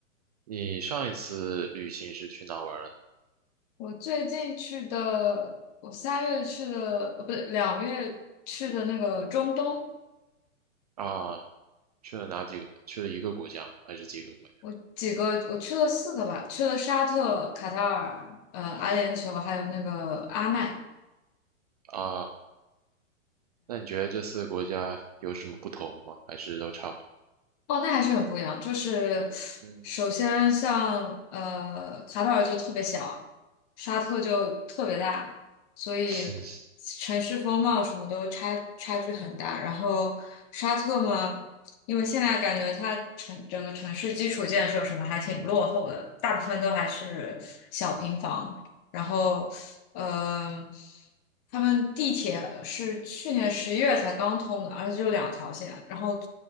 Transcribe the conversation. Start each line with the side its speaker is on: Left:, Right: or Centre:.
Right: 你上一次旅行是去哪玩了呢？
Left: 我最近去的，我三月去的，呃不对，两月去的那个中东，
Right: 啊，去了哪几个？去了一个国家吗？还是几个国家？
Left: 我几个，我去了四个吧，去了沙特、卡塔尔、呃，阿联酋，还有那个阿曼。
Right: 啊，那你觉得这四个国家有什么不同吗？还是都差不多？
Left: 哦，那还是很不一样。就是
Right: 嗯
Left: 首先像呃，卡塔尔就特别小，沙特就特别大，所以
Right: <laughs>
Left: 城市风貌什么都差差距很大。然后沙特嘛，因为现在感觉它城整个城市基础建设什么还挺落后的，大部分都还是小平房。然后，嗯、他们地铁是去年十一月才刚通的，而且就两条线，然后。